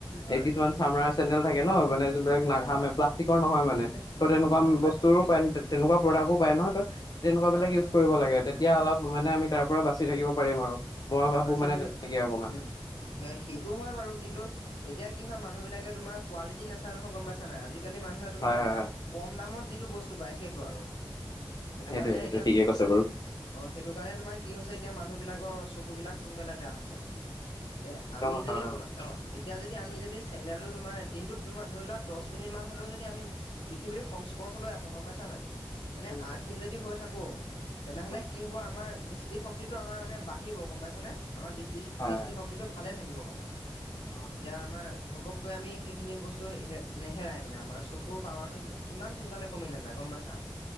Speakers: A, on the left (about 80°); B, on the left (about 50°).
A: হয়
B: এই কিছুমান চামৰাৰ চেণ্ডল থাকে ন মানে যোনবিলাক নাঘামে
A: হয়
B: প্লাষ্টিকৰ নহয় মানে। ত তেনেকুৱা
A: গম পাইছো
B: বস্তুো
A: গম পাইছো
B: পায় তেনেকুৱা প্ৰডাক্টো পায় নহয় ত তেনেকুৱা বিলাক
A: হয় হয়
B: ইউজ কৰিব লাগে তেতিয়া অলপ মানে আমি তাৰ পৰা বাচি থাকিব পাৰিম আৰু মই ভাবো
A: বাচি
B: মানে
A: থাকিব
B: তেনেকে অকমান
A: উম হে সেইটো হয় বাৰু কিন্তু এতিয়া কি হয় মানুহবিলাকে তোমাৰ কোৱালিটি নাচায় নহয় গম পাইছা নাই আজিকালি মানুহে তোমাৰ
B: হয় হয় হয়
A: কম দামত যিটো বস্তু পায় সেইটো আৰু সেইটো
B: সেইটোয়ে
A: কাৰণে এতিয়া
B: ঠিকে
A: তোমাৰ
B: কৈছে বাৰু
A: অ সেইটো কাৰণে তোমাৰ কি হৈছে এতিয়া মানুহ বিলাকৰ চকু বিলাক সোনকালে বেয়া হৈছে এ
B: একদম
A: আমি
B: সঁচা
A: যদি
B: কথা
A: তোমাৰ
B: কৈছে
A: অ এতিয়া যদি আমি যদি চেন্দেলটো তোমাৰ দিনটোত তোমাৰ ধৰি লোৱা দহ মিনিট মান হলেও যদি আমি পৃথিৱীৰ সংস্পৰ্শলৈ আহোঁ গম পাইছা নাই মানে
B: উম উম
A: আৰ্থিন যদি হৈ থাকোঁ তেনেহলে
B: উম,
A: কি হব আমাৰ দৃষ্টি শক্তিটো আমাৰ মানে বাঢ়িব গম পাইছানে। আমাৰ দৃষ্টি
B: হয়
A: দৃষ্টিশক্তিটো
B: হয়
A: ভালে থাকিব মানে
B: উম,
A: এতিয়া আমাৰ ঘপককৈ আমি সেইখিনি বস্তু হে নেহেৰাই মানে আমাৰ চকুৰ পাৱাৰটো ইমান সোনকালে কমি নাযায় গম পাইছা